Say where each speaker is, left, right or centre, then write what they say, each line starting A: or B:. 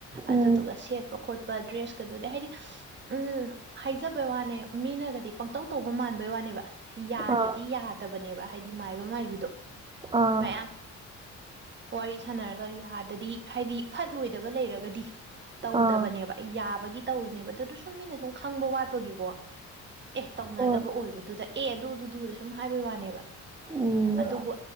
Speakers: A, on the right; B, on the right.
A: ꯑꯗꯨꯗꯨꯒ
B: ꯎꯝ
A: ꯁꯦꯠꯄ ꯈꯣꯠꯄ ꯗ꯭ꯔꯦꯁꯀꯗꯨꯗꯤ ꯍꯥꯏꯗꯤ ꯎꯝ ꯍꯥꯏꯖꯕꯩ ꯋꯥꯅꯦ ꯃꯤꯅꯒꯗꯤ ꯄꯪꯇꯧ ꯇꯧꯕ ꯃꯥꯟꯕꯩ ꯋꯥꯅꯦꯕ ꯌꯥꯗ꯭ꯔꯗꯤ
B: ꯑꯥ
A: ꯌꯥꯗꯕꯅꯦꯕ ꯍꯥꯏꯗꯤ ꯃꯥꯏꯕ ꯃꯥꯏꯕꯗꯣ
B: ꯑꯥ
A: ꯃꯌꯥꯝ ꯋꯥꯔꯤ ꯁꯥꯟꯅꯔꯒ ꯌꯥꯗꯗꯤ ꯍꯥꯏꯗꯤ ꯐꯠꯂꯣꯏꯗꯕ ꯂꯩꯔꯒꯗꯤ ꯇꯧꯗꯕꯅꯦꯕ
B: ꯑꯥ
A: ꯑꯩ ꯌꯥꯕꯒꯤ ꯇꯧꯋꯅꯦꯕ ꯑꯗꯨꯗ ꯁꯨꯝ ꯃꯤꯅ ꯁꯨꯝ ꯈꯪꯕ ꯋꯥꯠꯄꯒꯤꯀꯣ ꯑꯦ ꯇꯧꯅꯗꯕ
B: ꯍꯣꯏ
A: ꯑꯣꯏꯕꯗꯨꯗ ꯑꯦ ꯑꯗꯨꯗꯨꯗꯨꯗ ꯁꯨꯝ ꯍꯥꯏꯕꯩ ꯋꯥꯅꯦꯕ
B: ꯎꯝ
A: ꯑꯗꯨꯕꯨ